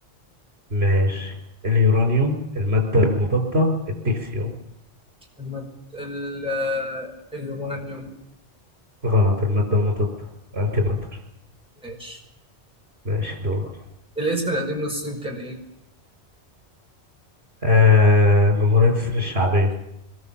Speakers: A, on the right (about 60°); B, in the centre.
A: ماشي اليورانيوم المادة المضادة التكسيوم
B: المد... ال... آه، اليورانيوم
A: غلط المادة المضادة انتي ماتر
B: ماشي
A: ماشي دورك
B: الاسم القديم للصين كان ايه؟
A: آه جمهورية مصر الشعبية